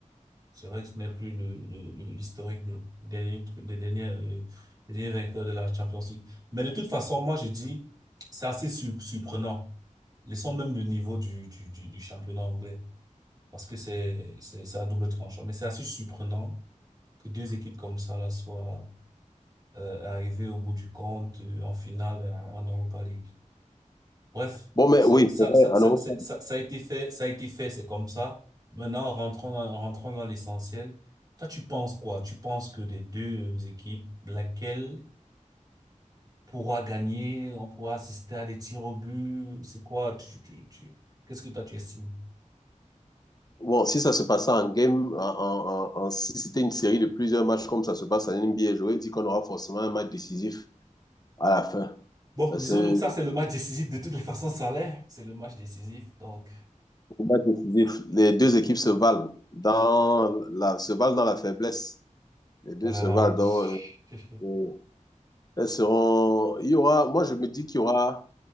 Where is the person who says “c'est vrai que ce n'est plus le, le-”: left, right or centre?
Right